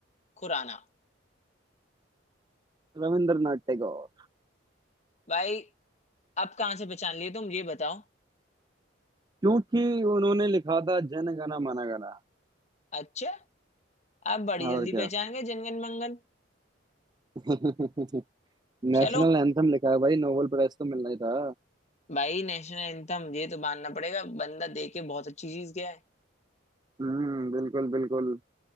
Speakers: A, on the left; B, on the right.
A: खुराना
B: रविंद्रनाथ टैगोर
A: भाई अब कहाँ से पहचान लिए तुम ये बताओ
B: क्योंकि उन्होंने लिखा था जन गण मन गण
A: अच्छा अब बड़ी जल्दी
B: और क्या
A: पहचान गए जनगण मंगन
B: <laughs> नेशनल
A: चलो
B: एंथम लिखा है भाई नोबेल प्राइज तो मिलना ही था
A: भाई नेशनल एंथम ये तो मानना पड़ेगा बंदा देके बहुत अच्छी चीज गया है
B: हम्म बिल्कुल बिल्कुल